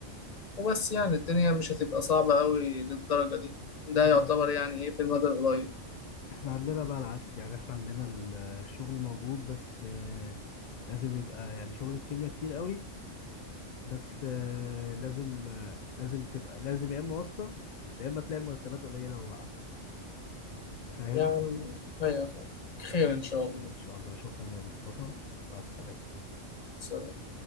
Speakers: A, on the left (about 40°); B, on the left (about 70°).
A: وبس يعني الدنيا مش هتبقى صعبه قوي للدرجه دي ده
B: احنا
A: يعتبر يعني ايه في المدى القريب
B: احنا عندنا بقى العكس يعني احنا عندنا ال- الشغل موجود بس آه، لازم يبقى يعني شغل الكيمياء كتير قوي بس آه، لازم آه، لازم تبقى لازم يا اما واسطة يا اما تلاقي المرتبات قليلة وواقعة فاهم
A: يا عم أيوة فعلا خير إن شاء
B: <laughs>
A: الله
B: ان شاء الله شكرا يا مصطفى مع السلامة
A: سلام